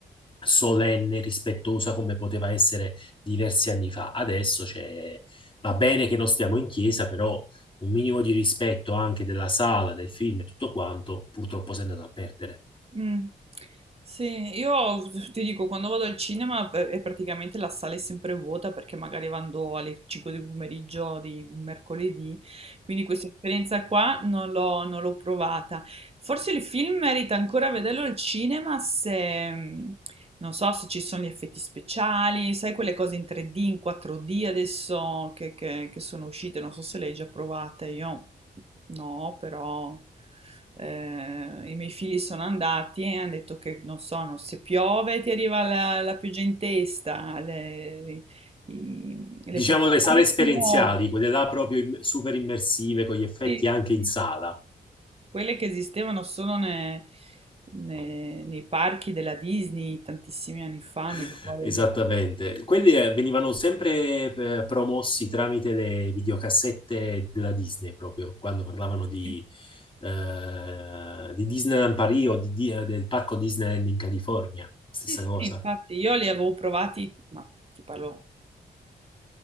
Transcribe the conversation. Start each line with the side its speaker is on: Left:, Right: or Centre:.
Left: solenne, rispettosa come poteva essere diversi anni fa. Adesso c'è- va bene che non stiamo in chiesa, però un minimo di rispetto anche della sala, del film e tutto quanto, purtroppo si è andato a perdere.
Right: Mm. Sì, io ti dico, quando vado al cinema eh, è praticamente la sala è sempre vuota perché magari vado alle 5 di pomeriggio di un mercoledì, quindi questa esperienza qua non l'ho non l'ho provata. Forse il film merita ancora vederlo al cinema se, mm, non so se ci sono gli effetti speciali, sai quelle cose in 3D, in 4D adesso che, che- che sono uscite, non so se le hai già provate, io no, però eh, i miei figli sono andati e hanno detto che non so, non- se piove ti arriva la, la pioggia in testa, le, le, i- le
Left: diciamo
Right: poltrone
Left: le sale esperienziali,
Right: si muovono,
Left: quelle là proprio im- super immersive, con gli effetti
Right: Sì,
Left: anche in
Right: sì.
Left: sala.
Right: sì. quelle che esistevano solo ne- ne- nei parchi della Disney tantissimi anni fa,
Left: <laughs>
Right: mi ricordo.
Left: Esattamente.
Right: di-
Left: Quelli eh, venivano sempre eh, promossi tramite le videocassette della Disney, proprio quando parlavano di,
Right: Sì,
Left: eh, di Disneyland Paris o di- di- eh, del parco Disneyland in California. Stessa
Right: sì, sì,
Left: cosa.
Right: infatti io li avevo provati, ma ti parlo,